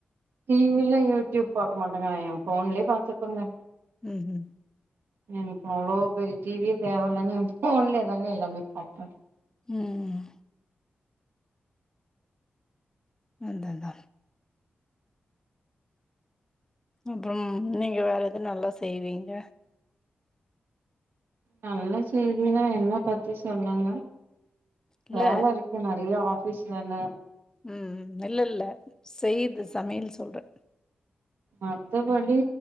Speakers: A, on the right; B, on the left.
A: டிவில யூட்யூப் பாக்க மாட்டேங்கணெ எ ஃபோன்லே பாத்துப்புங்க
B: ம் ம்
A: எனக் அவ்ளோ பெரிய டிவியே தேவல்லன்னு இப்போன்லே தாங்க எல்லாமே பாப்ப
B: ம் ம் அந்த தா அப்றன் நீங்க வேற எது நல்லா செய்வீங்க
A: நல்ல செய்தினா என்னா பத்தி சொல்லுங்க
B: இல்ல
A: வேல இருக்கு நறியா ஆஃபீஸ் வேல
B: ம் ம் இல்லல்ல செய்து சமையல் சொல்றே
A: மத்தபடி